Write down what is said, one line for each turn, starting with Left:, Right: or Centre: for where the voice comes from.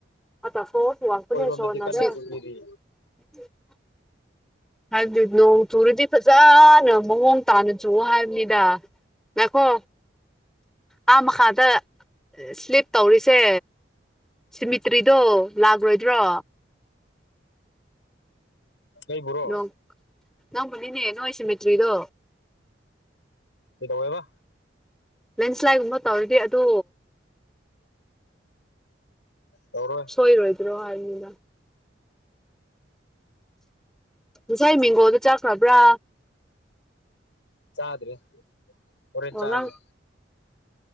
Centre: ꯑ ꯇ ꯐꯣ ꯊ ꯋꯥꯄꯅꯦ
Left: ꯑꯩꯈꯣꯏꯔꯣꯝꯗꯗꯤ
Centre: ꯁꯣ ꯅꯖꯔ
Left: ꯀꯟꯅ ꯆꯨꯕꯤꯔꯤ
Centre: <inaudible> <unintelligible> ꯍꯥꯏꯕꯗꯤ ꯅꯣꯡ ꯆꯨꯔꯗꯤ ꯐꯖꯅ ꯃꯑꯣꯡ ꯇꯥꯅ ꯆꯨꯑꯣ ꯍꯥꯏꯕꯅꯤꯗ ꯉꯥꯢꯈꯣ ꯑꯥ ꯃꯈꯥꯗ ꯁ꯭ꯂꯤꯞ ꯇꯧꯔꯤꯁꯦ ꯁꯤꯃꯤꯇ꯭ꯔꯤꯗꯣ ꯂꯥꯛꯂꯣꯏꯗ꯭ꯔꯣ
Left: ꯑꯩꯕꯨꯔꯣ
Centre: ꯅꯣꯡ ꯅꯪꯕꯨꯅꯤꯅꯦ ꯅꯣꯢ ꯁꯤꯃꯤꯇ꯭ꯔꯤꯗꯣ
Left: ꯀꯩꯇꯧꯋꯦꯕ
Centre: ꯂꯦꯟꯁ꯭ꯂꯥꯏꯠꯒꯨꯝꯕ ꯇꯧꯔꯗꯤ ꯑꯗꯨ
Left: ꯇꯧꯔꯣꯏ
Centre: ꯁꯣꯏꯔꯣꯏꯗ꯭ꯔꯣ ꯍꯥꯏꯕꯅꯤꯗ ꯉꯁꯥꯏ ꯃꯦꯡꯒꯣꯗꯨ ꯆꯥꯈ꯭ꯔꯕ꯭ꯔ
Left: ꯆꯥꯗ꯭ꯔꯤ ꯍꯣꯔꯦꯟ
Centre: ꯑꯣ
Left: ꯆꯥꯒꯦ
Centre: ꯅꯪꯗꯣ